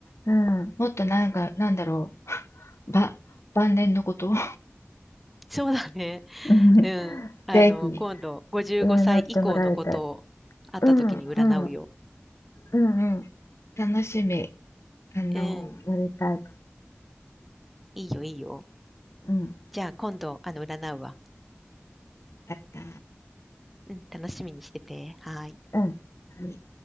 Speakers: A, on the left; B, in the centre.
A: うん、もっとなんか、なんだろう、ば、晩年のことを
B: そうだね。
A: <laughs> うん
B: うん。あの、
A: ぜひ、
B: 今度55歳以降のことを会った時に占うよ。
A: 占ってもらいたい。うん、うん、うん、うん、楽しみ。あの、
B: うん。
A: やりたい。
B: いいよ、いいよ。
A: うん、
B: じゃあ今度、あの、占うわ。
A: やった。
B: うん、楽しみにしてて。はーい。
A: うん。はい